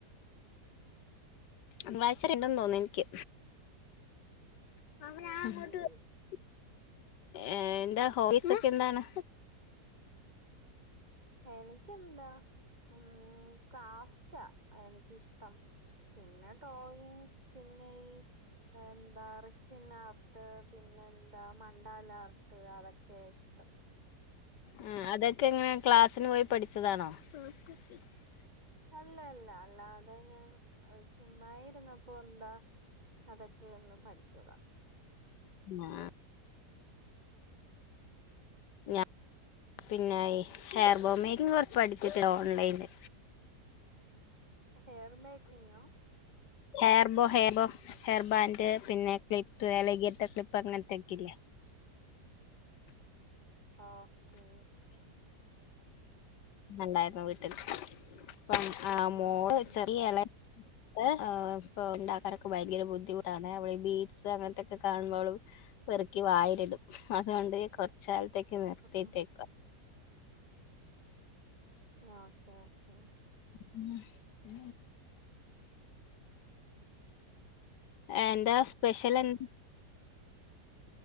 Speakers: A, on the left; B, on the right.
A: ങ്ങളായിച്ചരണ്ടെന്ന് തോന്നുന്നു എൻക്കി <unintelligible>
B: ഓക്കേ
A: എന്താ ഹോയ്സ് ഒക്കെ എന്താണ്
B: എനക്ക് എന്താ ഉം ക്രാഫ്റ്റാ എനിക്കിഷ്ടം പിന്നെ ടോയിൻസ് പിന്നെ ഈ എന്താ റിസിൻ ആർട്ട് പിന്നെ എന്താ മണ്ടാൽ ആർട്ട് അതൊക്കെയ ഇഷ്ടം
A: ഉം അതൊക്കെ എങ്ങനെ ക്ലാസ്സിന് പോയി പഠിച്ചതാണോ <unintelligible>
B: അല്ലല്ല അല്ലാതെ ഞാൻ ചുമ്മാ ഇരുന്നപ്പോ എന്താ അതൊക്കെ ഇന്ന് പഠിച്ചതാ
A: ആഹ് ഞാൻ പിന്നെ ഹെയർ ബോം മേക്കിങ് കുറച്ച് പഠിച്ചട്ടില്ലോ ഓൺലൈനില്
B: ഹെയർ മേക്കിംഗോ
A: hair bow hair bow hair band പിന്നെ ക്ലിപ്പ് ലകീത്തെ ക്ലിപ്പ് അങ്ങനത്തെ ഒക്കെ ഇല്ലേ
B: ഓക്കേ
A: ണ്ടായിരുന്നു വീട്ടില് ഇപ്പം ആ
B: ആഹ്
A: മോള്
B: ആഹ്
A: ചെറിയ എളേ ഏ ആ ഇപ്പ ഉണ്ടാക്കാനൊക്കെ ഭയങ്കര ബുദ്ധിമുട്ടാണ് അവിടെ ഈ ബീൻസ് അങ്ങനത്തെക്കെ കാണുമ്പോള് പെറുക്കി വായിലിടും അതുകൊണ്ട് കൊറച്ച് കാലത്തേക്ക് നിർത്തിട്ടേക്കു
B: ആഹ്
A: വാ
B: <unintelligible>
A: ഉം എന്താ സ്പെഷലെന്ത്